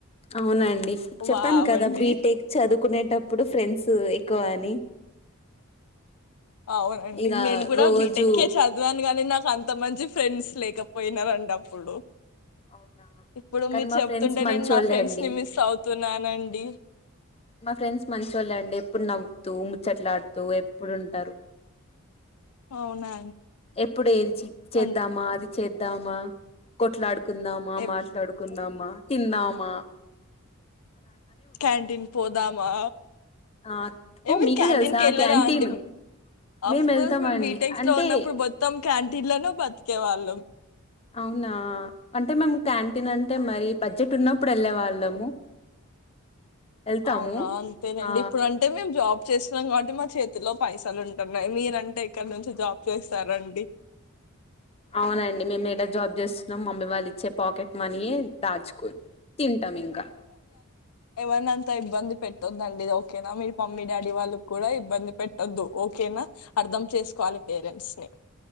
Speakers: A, on the left; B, on the left.
A: అవునండి చెప్పాను
B: వావండి
A: కదా బీటెక్ చదువుకునే అప్పుడు ఫ్రెండ్స్ ఎక్కువ అని
B: అవునండి
A: ఇగ
B: నేను కూడా
A: రోజు
B: బీటెక్కే చదువాను కాగానీ నాకు అంత కొంత మంచి ఫ్రెండ్స్ లేకపోయినారు అంటే అప్పుడు
A: అవునా
B: ఇప్పుడు
A: కానీ
B: మీరు
A: మా
B: చెప్తుంటే
A: ఫ్రెండ్స్ మంచి
B: నేను నా
A: వాళ్ళండి,
B: ఫ్రెండ్స్ ని మిస్ అవుతున్నానండి
A: మా ఫ్రెండ్స్ మంచి వాళ్ళండి, ఎప్పుడు నవ్వు త్తు ముచ్చట్లాడుతూ ఎప్పుడుంటారు
B: అవునా
A: ఎప్పుడు ఏది చేద్దామా
B: అన్
A: అది చే దామ కొట్లాడు కుందామా
B: ఎప్
A: మాట్లాడుకుందామా తిన్నామా
B: క్యాంటీన్ పోదామా
A: ఆ
B: ఏ
A: ఓ
B: మీరు
A: మీకు
B: క్యాంటీన్
A: తెలుసా
B: కెళ్ళరా
A: క్యాంటీన్
B: అండి అఫ్
A: మేము
B: కోర్స్
A: వెళ్తామండి
B: మేము బీటెక్
A: అంటే
B: లో ఉన్నప్పుడు క్యాంటీన్ లోన బతికే వాళ్ళం
A: అవునా అంటే మేము క్యాంటీన్ అంటే మరి బడ్జెట్ ఉన్నప్పుడు వెళ్ళే వాళ్ళము వెళ్తాము
B: అవునా అంతేనండి
A: ఆ
B: ఇప్పుడు అంటే మేము జాబ్ చేస్తున్నాం కాబట్టి మా చేతిలో పైసలు ఉంటున్నాయి. మీరంటే ఇక్కడ నుంచి జాబ్ చేస్తారండి
A: అవునండి మేము ఈడ జాబ్ చేస్తున్నాం. మమ్మీ వాళ్ళు ఇచ్చే పాకెట్ మనీ దాచుకో తింటాం ఇంకా
B: ఎవర్నీ అంత ఇబ్బంది పెట్టొందండి ఓకేనా మీరు మమ్మీ డాడీ వాళ్ళకి కూడా ఇబ్బంది పెట్టొద్దు ఓకేనా అర్థం చేసుకోవాలి పేరెంట్స్ ని